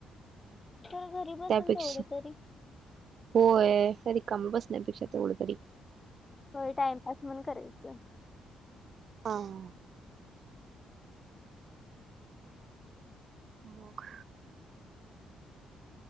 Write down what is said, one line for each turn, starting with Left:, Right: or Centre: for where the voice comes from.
Left: तर घरी बसून
Right: त्यापेक्षा
Left: तेवढं तरी
Right: होय अस रिकाम्या बसण्यापेक्षा तेवढं तरी.
Left: हो टाइमपास म्हणून करायचं.
Right: हां. मग,